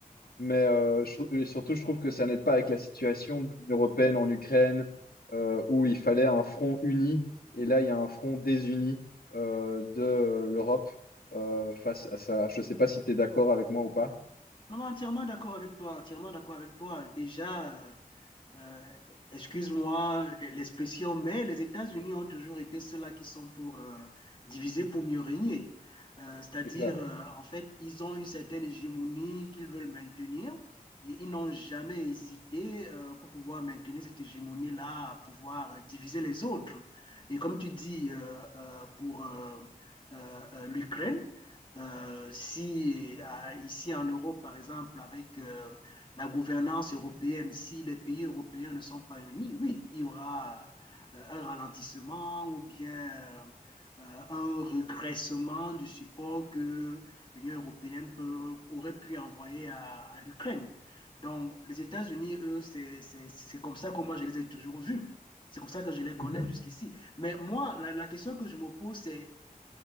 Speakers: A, on the left; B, on the left.
A: Mais euh, je trou- et surtout, je trouve que ça n'aide pas avec la situation de l'Union européenne en Ukraine, euh, où il fallait un front uni, et là, il y a un front désuni euh, de l'Europe euh, face à ça. Je ne sais pas si tu es d'accord avec moi ou pas.
B: Non, non, entièrement d'accord avec toi, entièrement d'accord avec toi. Déjà, euh, Euh, excuse-moi l'expression, mais les États-Unis ont toujours été ceux-là qui sont pour euh, diviser pour mieux régner. Euh, c'est-à-dire,
A: C'est clair.
B: euh, en fait, ils ont une certaine hégémonie qu'ils veulent maintenir et ils n'ont jamais hésité euh, pour pouvoir maintenir cette hégémonie-là, à pouvoir euh, diviser les autres. Et comme tu dis euh, euh, pour euh, euh, euh, l'Ukraine, euh, si euh, ici en Europe, par exemple, avec euh, la gouvernance européenne, si les pays européens ne sont pas unis, oui, il y aura euh, un ralentissement ou bien euh, un regressement du support que l'Union européenne peut, aurait pu envoyer à, à l'Ukraine. Donc, les États-Unis, eux, c'est c'est c'est comme ça que moi, je les ai toujours vus. C'est comme ça que je les connais
A: Mhm.
B: jusqu'ici. Mais moi, la, la question que je me pose, c'est